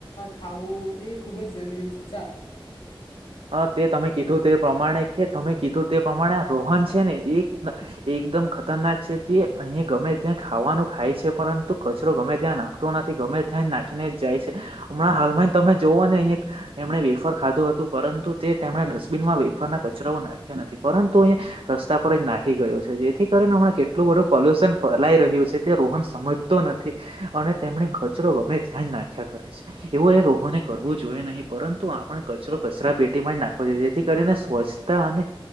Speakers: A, on the left (about 75°); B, on the right (about 80°).
A: ખાવું એ ખુબ જ જરૂરી છે ચાલ.
B: હા તે તમે કીધું તે પમાણે કે તમે કીધું તે પમાણે આ રોહન છે ને એક એકદમ ખ ખતરનાક છે જે અહીં ગમે ત્યાં ખાવાનું ખાય છે પરંતુ કચરો ગમે ત્યાં નાખતો નથી ગમે ત્યાં નાખીને જાય છે હમણાં હાલમાં તમે જોઓ ને એક એમણે વેફર ખાધું હતું. પરંતુ તે તેમણે ડસ્ટબિનમાં વેફરના કચરાઓ નાખ્યા નથી પરંતુ અહી રસ્તા પર જ નાખી ગયો છે. જેથી કરીને હમણાં કેટલું બધું પોલ્યુશન ફેલાઈ રહ્યું છે તે રોહન સમજતો નથી અને તેમને કચરો ગમે ત્યાં જ નાખ્યા કરે છે એવો એ રોહોને કરવો જોઈએ નહી પરંતુ આપણે કચરો કચરા પેટીમાં જ નાખવાો જોઈએ જેથી કરીને સ્વચ્છતા અને